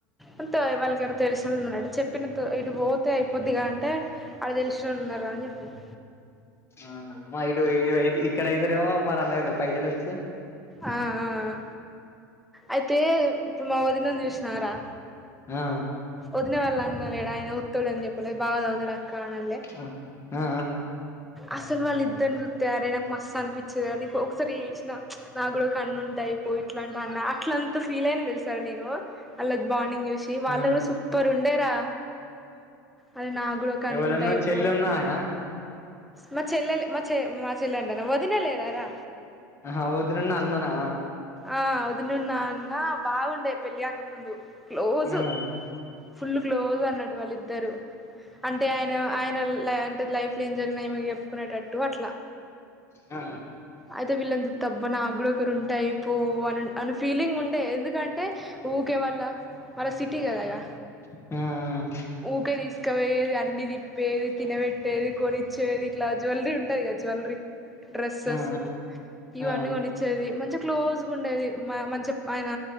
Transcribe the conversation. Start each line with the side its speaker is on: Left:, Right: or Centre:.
Centre: అంతే వాళ్ళకి ఎవరో తెలిసినున్నట చెప్పిన ఇటు పోతే అయిపోద్దిగా అంటే అడ తెలిసినోళ్ళు ఉన్నారా అని చెప్పింది
Left: ఆ మా ఇటు ఇటు ఇది ఇక్కడ ఇదురేమో మాన అన్న కు పైసలవోచ్చు
Centre: ఆ ఆ ఆ అయితే ఇప్పుడు మా వదినని చూసినారా
Left: ఆ
Centre: వదిన వాళ్ళు అన్నా లేడా ఆయన వత్తడు అని చెప్పలే బాగా చ వత్తడు అక్క అన్నడు లే
Left: ఆ ఆ
Centre: అసలు వాళ్ళిద్దరిని చుస్తే అరే నాకు మస్త్ అనిపించేది నీకు ఒకసారి ఏడ్చిన నా కూడా ఒక అన్న ఉంటే అయ్పో ఇట్లాంట అన్న అట్లంత ఫీల్ అయినా తెలుసా రా నేను అ బాండింగ్ చూసి ది వాళ్ళ
Left: ఆ
Centre: కూడా సూపర్ ఉండే రా అదే నా కూడా ఒక అన్న
Left: ఎవలన్నా
Centre: ఉంటే అయిపో
Left: చెల్లున్న ఆయన
Centre: మా చెల్లె మా చె మా చెల్లెంటనా వదిన లేదారా
Left: ఆహా వదినా ను అన్ననా
Centre: ఆ వదినున్నా అన్న బాగుండే పెళ్లి కాక ముందు క్లోజు
Left: ఆ
Centre: ఫుల్ క్లోజ్ అన్నట్టు వాళ్ళ ఇద్దరు అంటే ఆయన ఆయన ల అంటే లైఫ్ ఎమ్ జరిగినా ఈమెకు చెప్పుకునేటట్టు అట్లా
Left: ఆ
Centre: అయితే వాళ్ళుందు తబ్బన నాకుడా ఒకరు ఉంటై అయిపో అని అని ఫీలింగ్ ఉండే ఎందుకంటే ఊకే వాళ్ళ మళ్ళ సిటీ కదాగా
Left: ఆఆ
Centre: ఊకే తీసుకపోయేది అన్ని తిప్పేది తినబెట్టేది కొనిచ్చేది ఇట్లా జ్యవెలరీ ఉంటంది కగా జ్యవెలరీ డ్రెస్సెస్
Left: ఆ ఆ
Centre: ఉ ఇవన్నీ
Left: ఆ ఆ
Centre: కొన్నిచ్చేది మంచిగా క్లోజ్గా ఉండేది మంచి ఆయన